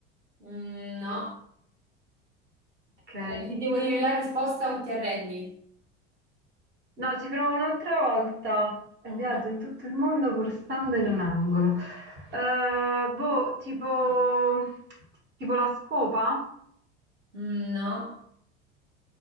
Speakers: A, on the right; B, on the right.
A: Mm, no.
B: Okay.
A: Eh, ti devo dire la risposta o ti arrendi?
B: No, ci provo un'altra volta. E
A: Ok.
B: Viaggio in tutto il mondo pur stando in un angolo. Eh, boh, tipo, tipo la scopa?
A: Mm, no.